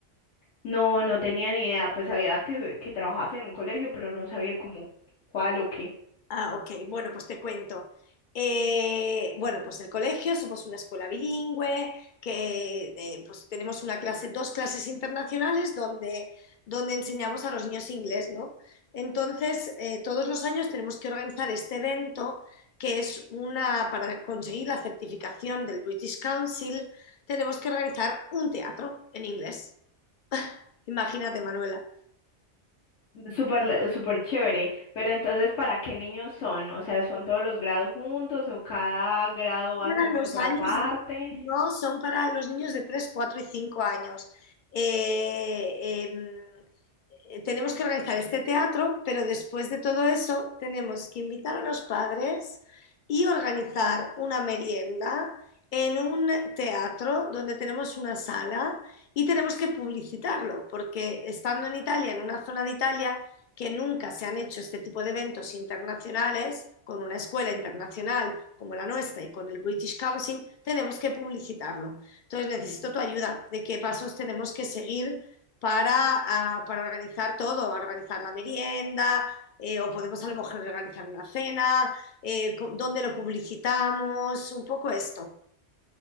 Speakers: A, on the left; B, on the left.
A: No, no tenía ni idea, pues sabía que, que trabajas en un colegio, pero no sabía cómo cuál o qué.
B: Ah, ok. Bueno, pues te cuento. Eh, bueno, pues el colegio, somos una escuela bilingüe, que eh, pues tenemos una clase, dos clases internacionales donde, donde enseñamos a los niños inglés, ¿no? Entonces, eh, todos los años tenemos que organizar este evento, que es una, para conseguir la certificación del British Council, tenemos que organizar un teatro en inglés. Imagínate, Manuela.
A: Súper, le- súper chévere, pero entonces, ¿para qué niños son? O sea, ¿son todos los grados juntos o cada grado hace
B: para
A: uno
B: los
A: por
B: años
A: aparte?
B: de- no, son para los niños de 3, 4 y 5 años. Eh, em, eh, tenemos que organizar este teatro, pero después de todo eso tenemos que invitar a los padres y organizar una merienda en un teatro donde tenemos una sala y tenemos que publicitarlo, porque estando en Italia, en una zona de Italia, que nunca se han hecho este tipo de eventos internacionales con una escuela internacional como la nuestra y con el British Council, tenemos que publicitarlo. Entonces necesito tu ayuda de qué pasos tenemos que seguir para, uh, para organizar todo, organizar la merienda, eh, o podemos a lo mejor organizar una cena, eh, dónde lo publicitamos, un poco esto.